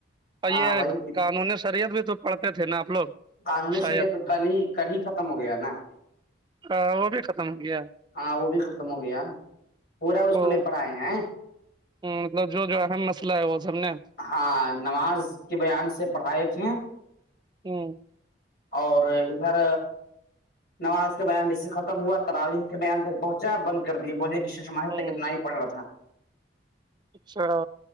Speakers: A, on the right; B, on the left.
A: اور
B: ہاں
A: یہ
B: وہی
A: قانونی شریعت بھی تو پڑھتے تھے نا آپ لوگ
B: قانونی
A: شاید
B: شریعت کل ہی کل ہی ختم ہو گیا نا
A: وہ بھی ختم ہو گیا
B: ہاں وہ بھی ختم ہو گیا پورا اس
A: وہ
B: کو نہیں پڑھاائے ہیں
A: مطلب جو جو اہم مسئلہ ہے وہ سب نے
B: ہاں نماز کے بیان سے پڑھائے تھے
A: ہوں
B: اور ادھر نماز کے بیان جسے ختم ہوا ت راویق کے بیان تک پہنچا بند کر دیا بولے ماہت
A: ہ
B: کتنا ہی پڑ رہ تھا
A: اچھا